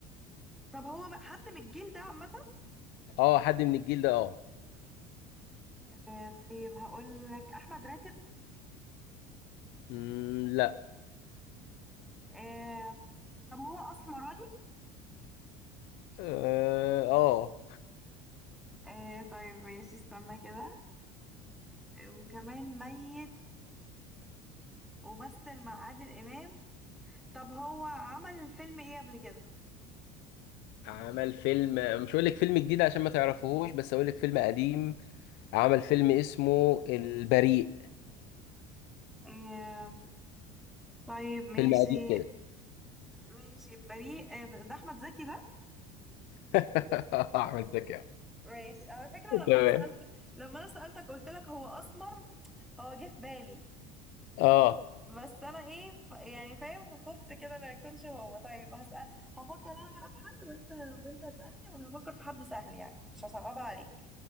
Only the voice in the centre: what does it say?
طب هو م- حد من الجيل ده عامة
آه طيب هقول لك احمد راتب
آه طب هو اسمراني
آه طيب ماشي استنى كده آه وكمان ميت ومثل مع عادل امام طب هو عمل فيلم ايه قبل كده
آه طيب ماشي
ماشي بريء آه ده احمد زكي ده
ماشي على فكرة لما
انا سألت لما انا سألتك قلت لك هو اسمر هو جه في بالي
بس انا ايه ف- يعني فاهم خفت كده ما يكونش هو طيب هسأل هفكر انا بقى في حد وانت وانت اسألني وهفكر في حد سهل يعني مش هصعبها عليك